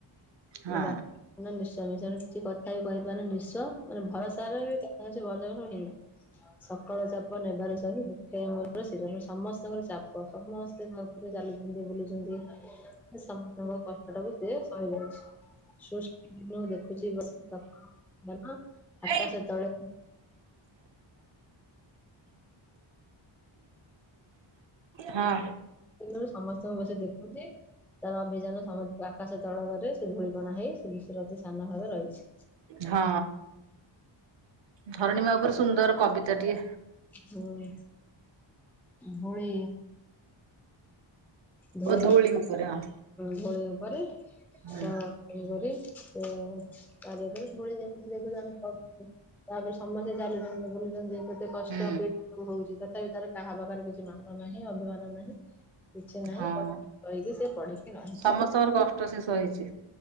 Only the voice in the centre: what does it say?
<unintelligible> <unintelligible>
ସକାଳ ଚାପ ନେବାର ସହି, ବୃକ୍ଷ ମୂଳ ସୀରମ, ସମସ୍ତଙ୍କ ର ଚାପ ସମସ୍ତେ ତା ଉପରେ ଚାଲୁଛନ୍ତି ବୁଲୁଛନ୍ତି ସମସ୍ତଙ୍କ କଷ୍ଟ ସେଟାକୁ ସେ ସହିଯାଉଛି। <unintelligible> ଦେଖୁଚି ବସି ଆକାଶ
ତଳେ
ରୁ ସମସ୍ତଙ୍କୁ ବସି ଦେଖୁଚି ତାର ଅଭିଯାନ ସମସ୍ତ ଆକାଶ ତଳକରେ ସେ ଧୂଳିକଣା ହେଇ ସେ ବିଶ୍ୱରେ ଅତି ସାନ ଭାବେ ରହିଚି।
ହୁଁ, ଧଉଳି ଧୋଉଳି
ଗ
ଧୋଉଳି ଉପରେ
ତ ତେଣୁ କରି ତାରି ଉପରେ ଧୂଳି ଯେମିତି ଦେଖୁଛୁ ଆମେ ତାପରେ ସମସ୍ତେ ଚାଲୁଛନ୍ତି ବୁଲୁଛନ୍ତି କେତେ କଷ୍ଟ
ପୀଡା ହଉଛି ତଥାପି ତାର କାହା ପାଖରେ କିଛି ମାନ ନାହିଁ ଅଭିମାନ ନାହିଁ କିଛି ନାହିଁ
କ କହିକି ସେ ପଡିକି ରହିଚି।